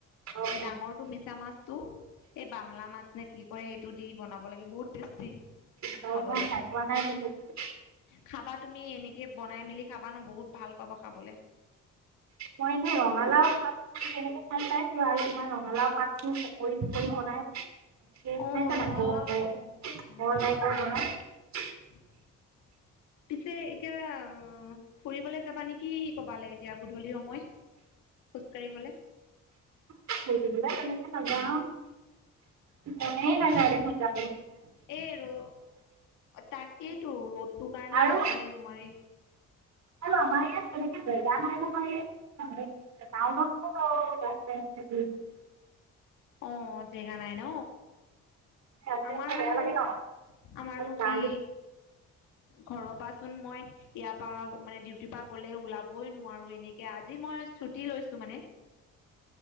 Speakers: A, on the right; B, on the left.
A: অ'
B: এ ডাঙৰটো মিছা মাছটো সেই বামলা মাছ নে কি কয় সেই বনাব লাগে বহুত টেষ্টি
A: অ'
B: খাবলে
A: মই খাই পোৱা নাই বিশেষকৈ
B: খাবা তু তুমি এনেকে বনাই মেলি খাবা ন বহুত ভাল পাবা খাবলৈ
A: মই এনেই ৰঙালাও পাত তেনেকে খাই পাইছো আৰু তোমাৰ ৰঙালাও পাত পৰি পকৰি বনাই খাইছ
B: অ ৰঙালাও
A: ন ক
B: অ অ
A: খাই ক ত
B: <inaudible> পিছে এতিয়া ফুৰিবলৈ যাবা নেকি কবালে এতিয়া গধূলি সময় খোজকাঢ়িবলে
A: তেনেকে নাযাওঁ মনেই নাযায় দেখোন যা
B: এ ৰ তাকেইতো ৰ'দটোৰ কাৰণে
A: আৰু
B: যাবলে নোৱাৰি
A: আৰু আমাৰ ইয়াত তেনেকৈ জেগা নাই <unintelligible>
B: অ জেগা নাই ন?
A: আছে
B: আমাৰনো
A: বেয়া লাগে ন
B: আমাৰনো
A: আৰু গাড়ী
B: কি? ঘৰৰ পৰা চোন মই ইয়াৰ পৰাা মানে ডউটিৰ পৰা গ'লে ওলাব বৈ নোৱাৰোঁ এনেকে, আজি মই চুটি লৈছো মানে।